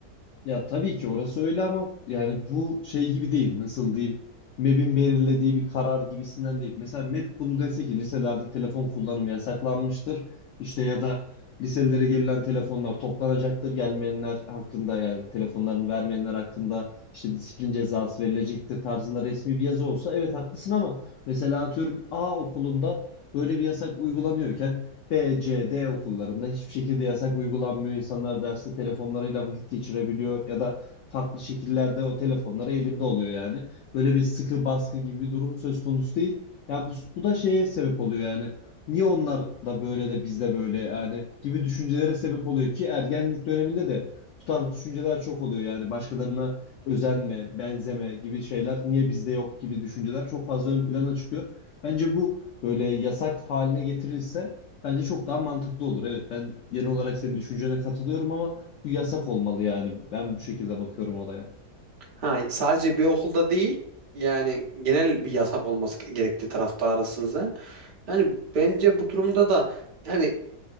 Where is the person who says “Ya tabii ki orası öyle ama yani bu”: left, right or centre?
Left